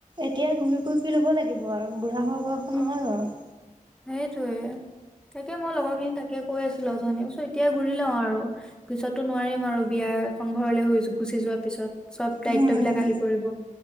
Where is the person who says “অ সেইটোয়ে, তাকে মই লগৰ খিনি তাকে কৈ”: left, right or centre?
Centre